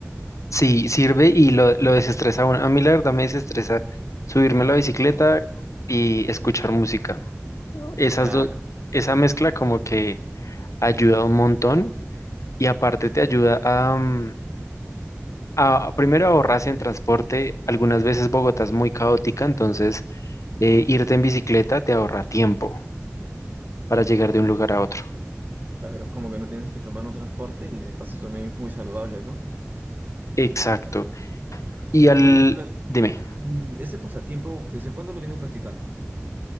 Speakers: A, on the left; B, on the right.
A: Sí, sirve y lo, lo desestresa a uno. A mí la verdad me desestresa subirme a la bicicleta y escuchar música. Esas
B: Claro,
A: dos, esa mezcla como que ayuda un montón y aparte te ayuda a, mm, a primero ahorrarse en transporte. Algunas veces Bogotá es muy caótica, entonces eh, irte en bicicleta te ahorra tiempo. para llegar de un lugar a otro.
B: claro, es como que no tienes que tomar un transporte y de paso también es muy saludable, ¿no?
A: Exacto. Y al...
B: Oye, Nicolás,
A: Dime.
B: ¿y ese pasatiempo, desde cuándo lo vienes practicando?